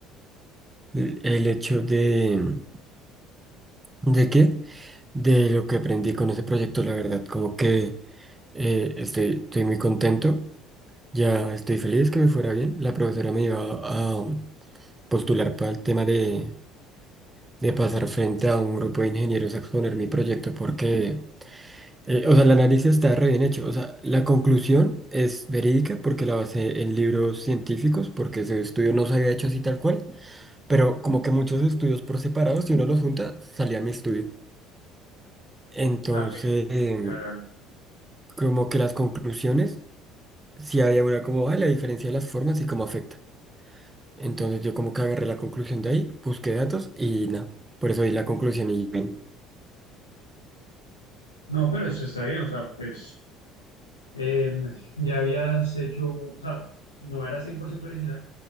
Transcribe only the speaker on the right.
el- el hecho de, ¿de qué? De lo que aprendí con ese proyecto, la verdad, como que eh, estoy, estoy muy contento, ya estoy feliz que me fuera bien. La profesora me iba a, um, postular para el tema de, de pasar frente a un grupo de ingenieros a exponer mi proyecto porque Eh, o sea, el análisis está re bien hecho. O sea, la conclusión es verídica porque la basé en libros científicos, porque ese estudio no se había hecho así tal cual, pero como que muchos estudios por separado, si uno los junta, salía mi estudio. Entonces,
em,
como que las conclusiones, sí había una como, ah, la diferencia de las formas y cómo afecta. Entonces yo como que agarré la conclusión de ahí, busqué datos y nada. Por eso di la conclusión y bien.